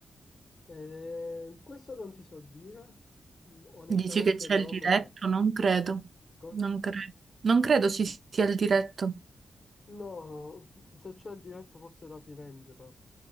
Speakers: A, on the left; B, on the right.
A: Eh, questo non ti so dire, mm, onestamente
B: Dici che c'è
A: non
B: il
A: ho
B: diretto?
A: mai fatto.
B: Non credo.
A: Cosa?
B: Non credo. Non credo ci sia il diretto.
A: No, se c'è il diretto forse da Firenze, ma